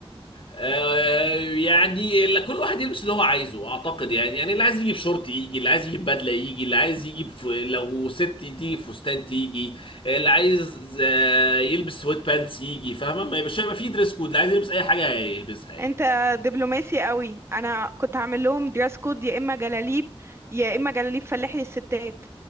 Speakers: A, on the left; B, on the right.
A: آه، يعني لا- كل واحد يلبس اللي هو عايزه اعتقد يعني يعني اللي عايز يجيب شورت يجي اللي عايز يجيب بدله يجي اللي عايز يجيب ف... لو ست تيجي فستان تيجي آه، اللي عايز آه، يلبس سويت بانس يجي فاهمه ما يبقاش هيبقى فيه دريس كود اللي عايز يلبس اي حاجه هيلبسها يعني
B: انت دبلوماسي قوي انا كنت هعمل لهم دراس كود يا اما جلاليب يا اما جلاليب فلاحي للستات